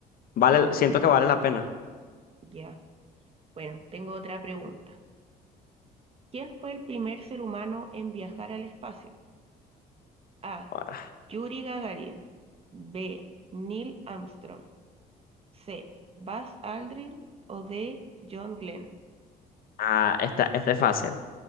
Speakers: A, on the left; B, on the right.
A: Vale,
B: Oh,
A: siento que vale la pena.
B: ya. Bueno, tengo otra pregunta. ¿Quién fue el primer ser humano en viajar al espacio? A.
A: Ahora,
B: Yuri Gagarin. B. Neil Armstrong. C. Buzz Aldrin. O D. John Glenn.
A: ah, esta, esta es fácil.